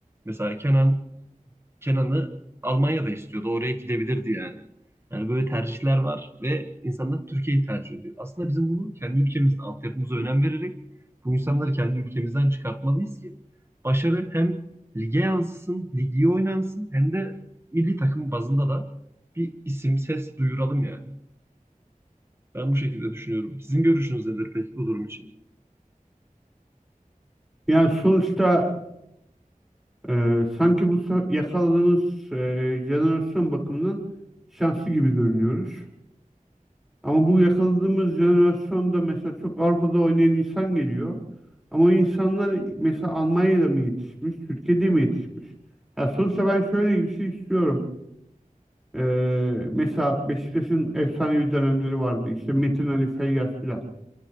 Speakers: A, on the right; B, in the centre.
A: mesela Kenan Kenan'ı Almanya'da istiyordu. Oraya gidebilirdi yani. Yani böyle tercihler var ve insanlar Türkiye'yi tercih ediyor. Aslında bizim bunu kendi ülkemizde altyapımıza önem vererek bu insanları kendi ülkemizden çıkartmalıyız ki başarı hem lige yansısın, ligi iyi oynansın hem de milli takım bazında da bir isim, ses duyuralım yani. Ben bu şekilde düşünüyorum. Sizin görüşünüz nedir peki bu durum için?
B: Yani sonuçta e, sanki bu so- yakaladığımız e, jenerasyon bakımından şanslı gibi görünüyoruz. Ama bu yakaladığımız jenerasyonda mesela çok Avrupa'da oynayan insan geliyor. Ama o insanlar mesela Almanya'da mı yetişmiş, Türkiye'de mi yetişmiş? Ya sonuçta ben şöyle bir şey istiyorum. E, mesela Beşiktaş'ın efsanevi dönemleri vardı. İşte Metin Ali Feyyaz filan.